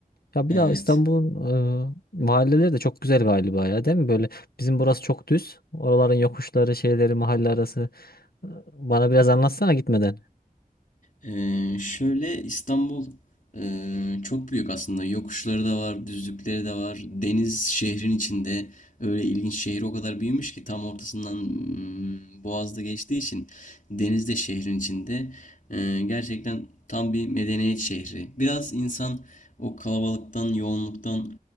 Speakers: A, on the left; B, on the left.
A: Ya
B: Evet.
A: bir daha İstanbul'un e, mahalleleri de çok güzel galiba ya değil mi? Böyle bizim burası çok düz. Oraların yokuşları, şeyleri, mahalle arası. E, Bana biraz anlatsana gitmeden.
B: E, şöyle İstanbul e, çok büyük aslında. Yokuşları da var, düzlükleri de var. Deniz şehrin içinde. Öyle ilginç şehir o kadar büyümüş ki tam ortasından mm, Boğaz'da geçtiği için deniz de şehrin içinde. E, gerçekten tam bir medeniyet şehri. Biraz insan o kalabalıktan, yoğunluktan